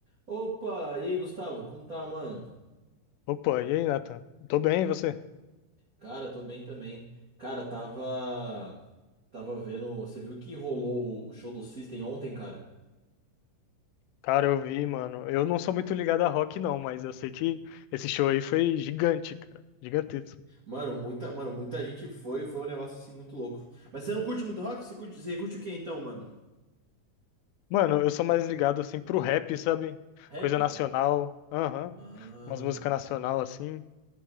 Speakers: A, on the right; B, on the left.
A: Opa, e aí, Gustavo, como tá, mano?
B: Opa, e aí, Nathan? Tô bem, e você?
A: Cara, tô bem também. Cara, tava tava vendo, você viu que rolou o show do System ontem, cara?
B: Cara, eu vi, mano. Eu não sou muito ligado a rock, não, mas eu sei que esse show aí foi gigante, cara. Gigantesco.
A: Mano, muita, mano, muita gente foi, foi um negócio assim muito louco. Mas você não curte muito rock? Você curte, você curte o que então, mano?
B: Mano, eu sou mais ligado, assim, pro rap, sabe?
A: Rap?
B: Coisa nacional. Aham.
A: Ah.
B: Umas músicas nacional, assim.